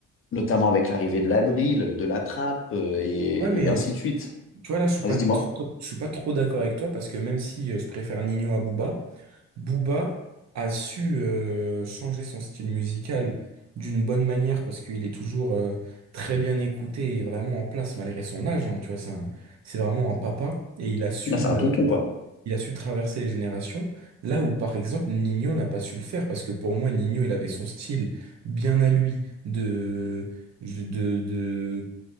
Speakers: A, on the left (about 45°); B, on the right (about 60°).
A: notamment avec l'arrivée de la drill, de la trappe, euh, et,
B: ouais, mais
A: et ainsi de suite.
B: tu vois là, je suis
A: Vas-y,
B: pas trop,
A: dis-moi.
B: je suis pas trop d'accord avec toi parce que même si euh, je préfère Nino à Booba, Booba a su euh, changer son style musical d'une bonne manière parce qu'il est toujours euh, très bien écouté et vraiment en place malgré son âge. hein, tu vois, c'est un- c'est vraiment un papa et il a su,
A: Là, c'est un
B: euh,
A: tonton, quoi.
B: il a su traverser les générations. Là où par exemple Nino n'a pas su le faire parce que pour moi Nino il avait son style bien à lui de je- de, de